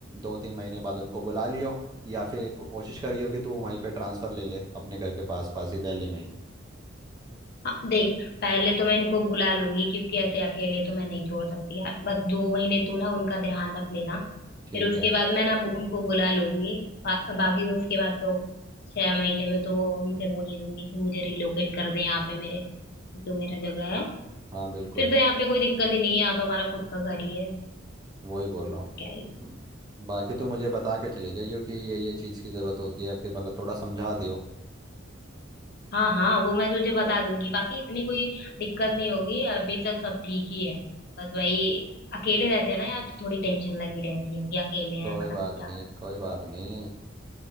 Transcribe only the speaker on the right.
दो तीन महीने बाद उनको बुला लियो या फिर एक को- कोशिश करियो कि तू वहीं पे ट्रांसफ़र ले ले अपने घर के पास पास ही दिल्ली में ही
ठीक
है
हाँ बिल्कुल
वही बोल
रहा
हूँ
बाकी तू मुझे बता के चले जाइयो कि ये ये चीज़ की ज़रूरत होती है फिर मतलब थोड़ा समझा दियो
कोई
बात
नहीं
कोई बात नहीं